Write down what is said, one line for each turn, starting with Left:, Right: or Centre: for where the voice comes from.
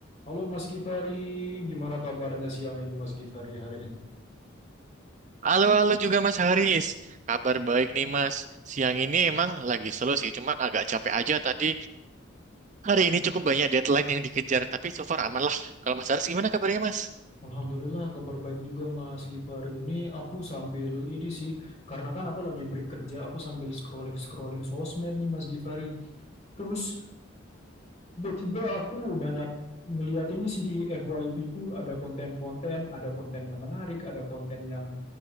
Left: Halo Mas Gifari, gimana kabarnya siang ini Mas Gifari hari ini?
Right: Halo, halo juga Mas Haris. Kabar baik nih Mas. Siang ini emang lagi slow sih, cuma agak capek aja tadi. Hari ini cukup banyak deadline yang dikejar, tapi so far aman lah. Kalau Mas Haris gimana kabarnya Mas?
Left: Alhamdulillah kabar baik juga Mas Gifari. Ini aku sambil ini sih, karena kan aku lagi break kerja, aku sambil scrolling-scrolling sosmed nih Mas Gifari. Terus tiba-tiba aku banyak ngeliat ini sih di FYP ku ada konten-konten, ada konten yang menarik, ada konten yang